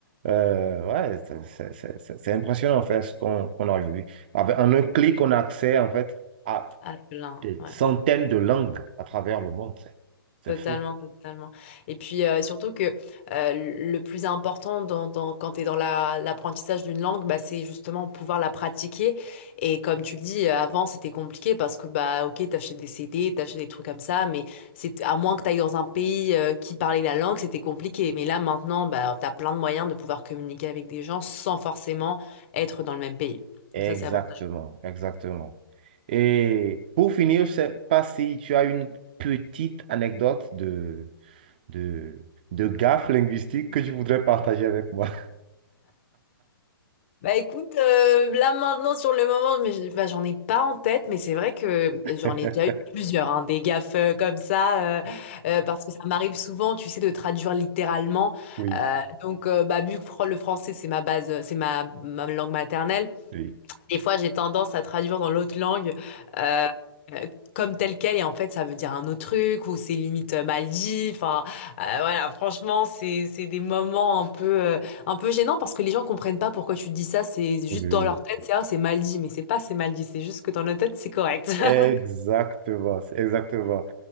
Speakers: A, on the right; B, on the left.
A: Euh, ouais, c'est c'est- c'est- c'est- c'est impressionnant en fait ce qu'on qu'on a aujourd'hui. Avec- en un clic, on a accès en fait à
B: à plein.
A: des
B: ouais.
A: centaines de langues à travers le monde. C'est c'est
B: Totalement,
A: fou.
B: totalement. Et puis euh, surtout que euh, le plus important dans, dans- quand tu es dans la- l'apprentissage d'une langue, bah, c'est justement pouvoir la pratiquer. Et comme tu le dis, euh, avant c'était compliqué parce que bah ok, t'achetais des CD, t'achetais des trucs comme ça, mais c'est à moins que tu ailles dans un pays euh, qui parlait la langue, c'était compliqué. Mais là maintenant, bah, tu as plein de moyens de pouvoir communiquer avec des gens sans forcément être dans le même pays.
A: Exactement,
B: Donc ça, c'est avant.
A: exactement. Et pour finir, je sais pas si tu as une petite anecdote de, de, de gaffe linguistique que tu voudrais partager avec moi.
B: Bah écoute, euh, là maintenant sur le moment, mais je- bah, j'en ai pas en tête, mais c'est vrai que j'en
A: <laughs>
B: ai déjà eu plusieurs, hein, des gaffes euh, comme ça, euh, euh, parce que ça m'arrive souvent, tu sais, de traduire littéralement.
A: Oui,
B: Euh, donc euh, bah vu que fr- le français c'est ma base, euh, c'est ma, ma langue maternelle,
A: oui,
B: des fois, j'ai tendance à traduire dans l'autre langue euh, euh, comme tel quel, et en fait, ça veut dire un autre truc, ou c'est limite euh, mal dit. Enfin, euh, voilà, franchement, c'est c'est des moments un peu euh, un peu gênants parce que les gens comprennent pas pourquoi tu dis ça. C'est juste
A: oui.
B: dans leur tête, c'est ah, c'est mal dit, mais c'est pas c'est mal dit, c'est juste que dans leur tête, c'est correct. <laughs>
A: Exactement, c'est exactement.